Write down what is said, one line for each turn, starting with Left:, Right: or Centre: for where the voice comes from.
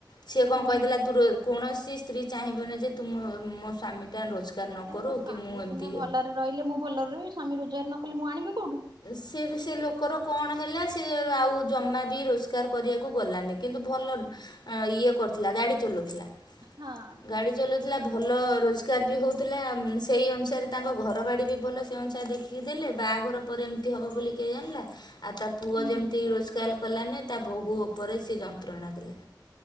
Left: ସେ କଣ କହିଦେଲା
Right: ହୁଁ।
Left: ତୋର କୌଣସି ସ୍ତ୍ରୀ ଚାହିଁବନି ଯେ ତୁ ମୋ ମୋ ସ୍ଵାମୀ ଟା ରୋଜ ରୋଜଗାର ନ
Right: ଆରେ
Left: କରୁ
Right: ମୋ ସ୍ଵାମୀ
Left: କି ମୁଁ ଏମିତି
Right: ସିନା ଭଲରେ ରହିଲେ ମୁ ଭଲରେ ରହିବି ସ୍ୱାମୀ ରୋଜଗାର ନ କଲେ ମୁ ଆଣିବି କୋଉଠୁ।
Left: ସେ ବି ସେ ଲୋକର କଣ ହେଲା ସେ ଆଉ ଜମା ବି ରୋଜଗାର କରିବାକୁ ଗଲାନି। କିନ୍ତୁ ଭଲ ଆଁ ଇଏ କରୁଥିଲା ଗାଡି ଚଲଉଥିଲା।
Right: ହଁ।
Left: ଗାଡ଼ି ଚଲଉଥିଲା ଭଲ ରୋଜଗାର ବି ହଉଥିଲା ସେଇ ଉଁ ଅନୁସାରେ ତାଙ୍କ ଘର ବାଡ଼ି ବି ଭଲ ସେଇ ଅନୁସାରେ ଦେଖି କି ଦେଲେ ବାହାଘର ପରେ ଏମିତି ହବ ବୋଲି କିଏ ଜାଣିଲା। ଆଉ ତା ପୁଅ
Right: ହୁଁ।
Left: ଯେମିତି ରୋଜଗାଲ କଲାନି ତା ବୋହୂ ଉପରେ ସେ ଯନ୍ତ୍ରଣା ଦେଲା।